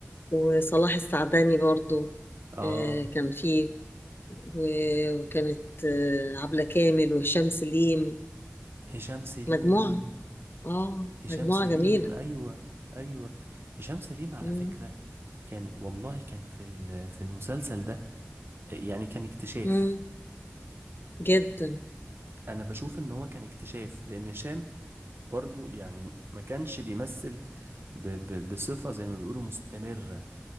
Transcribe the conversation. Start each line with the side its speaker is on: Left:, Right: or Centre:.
Left: وصلاح السعداني برضو
Right: اه
Left: آه، كان فيه و- وكانت آه، عبلة كامل وهشام سليم
Right: هشام سليم
Left: مجموعة اه
Right: هشام
Left: مجموعة
Right: سليم
Left: جميلة
Right: ايوه ايوه هشام سليم على
Left: مم.
Right: فكرة كان والله كان في ال- في المسلسل ده يعني كان اكتشاف
Left: مم. جدا
Right: انا بشوف ان هو كان اكتشاف لان هشام برضو يعني ما كانش بيمثل ب ب بصفة زي ما بيقولوا مستمرة